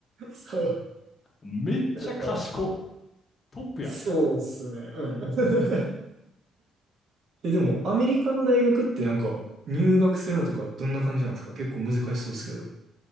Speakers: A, on the right; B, on the left.
A: そう、
B: めっちゃ賢。
A: だから、
B: トップや。
A: そうっすね。うん。<laughs> え、でも、アメリカの大学ってなんか、入学するのとかどんな感じなんですか結構難しそうですけど。